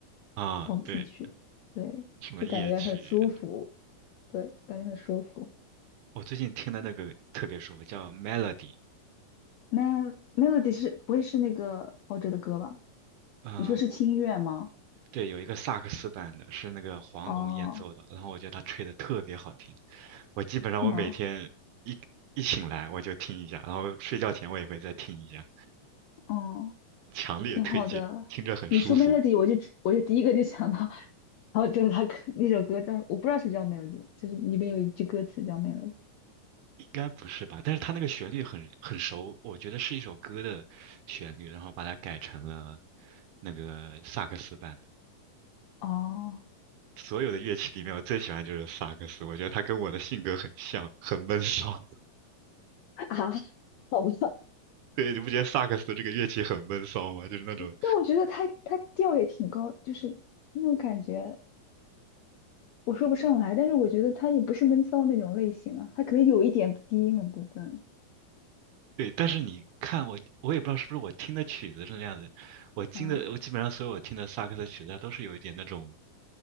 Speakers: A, on the right; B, on the left.
A: 啊，
B: 钢琴曲，
A: 对，
B: 对，
A: 什么夜曲，
B: 就感觉很舒服，对，感觉很舒服。
A: 我最近听的那个特别舒服，叫 Melody。
B: 那 Melody 是不会是那个陶喆的歌吧？
A: 嗯、
B: 你说是轻音乐吗？
A: 对，有一个萨克斯版的，是那个黄龙演奏的，
B: 哦，
A: 然后我觉得他吹的特别好听。我基本上我每天一一醒来我就听一下，
B: 是吗？
A: 然后睡觉前我也会再听一下，
B: 哦。
A: 强烈推荐，
B: 挺好的。
A: 听着很舒服。
B: 你说 melody，我就只我就第一个就想到，然后就是他可那首歌叫，我不知道是不是叫 melody，就是里边有一句歌词叫 melody。
A: 应该不是吧？但是他那个旋律很很熟，我觉得是一首歌的旋律，然后把它改成了那个萨克斯版的。
B: 哦
A: 所有的乐器里面，我最喜欢就是萨克斯，我觉得他跟我的性格很像，很闷骚。
B: <laughs>，啊，好吧，
A: <laughs> 对，你不觉得萨克斯这个乐器很闷骚吗？就是那种
B: 但我觉得他他调也挺高，就是那种感觉我说不上来，但是我觉得他也不是闷骚那种类型啊，他可能有一点低音的部分。
A: 对，但是你看我，我也不知道是不是我听的曲子是那样子，我听的我基本上所有我听的萨克斯曲子，
B: 嗯，
A: 它都是有一点那种